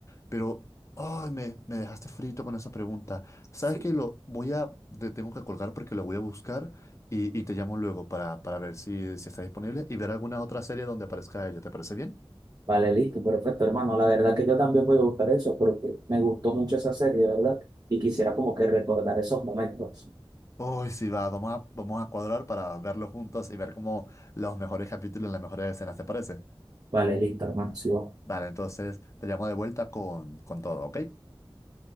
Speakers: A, on the left (about 35°); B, on the right (about 45°).
A: pero ay, me, me dejaste frito con esa pregunta. ¿Sabes
B: sí.
A: que Lo voy a, te tengo que colgar porque lo voy a buscar y, y te llamo luego para, para ver si, si está disponible y ver alguna otra serie donde aparezca ella. ¿Te parece bien?
B: Vale, listo, perfecto, hermano. La verdad que yo también voy a buscar eso porque me gustó mucho esa serie, ¿verdad? Y quisiera como que recordar esos momentos.
A: Uy, sí, va, vamos a, vamos a cuadrar para verlo juntos y ver como los mejores capítulos, las mejores escenas, ¿te parece?
B: Vale, listo, hermano. Sí, vamos.
A: Vale, entonces te llamo de vuelta con, con todo, ¿ok?